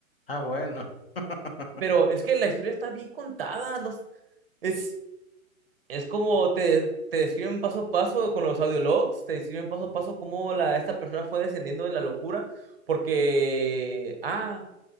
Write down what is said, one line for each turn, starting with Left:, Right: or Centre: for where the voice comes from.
Left: Ah, bueno. <laughs>
Right: Pero es que la historia está bien contada, no es, es, es como te, te describen paso a paso con los audiologs, te describen paso a paso cómo la, esta persona fue descendiendo de la locura, porque, ah,